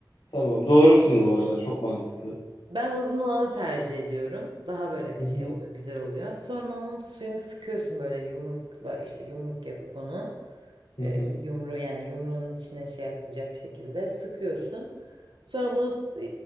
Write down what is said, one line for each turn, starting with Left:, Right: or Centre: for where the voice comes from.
Left: tamam doğrusun bu arada çok mantıklı.
Right: Ben uzun olanı tercih ediyorum. Daha böyle
Left: Hı
Right: şey
Left: hı,
Right: oluyor, güzel oluyor. Sonra onun suyunu sıkıyorsun böyle yumrukla işte yumruk yapıp onu
Left: hı
Right: e,
Left: hı.
Right: yumru yani yumruğun içine şey yapılacak şekilde sıkıyorsun. Sonra bunu e,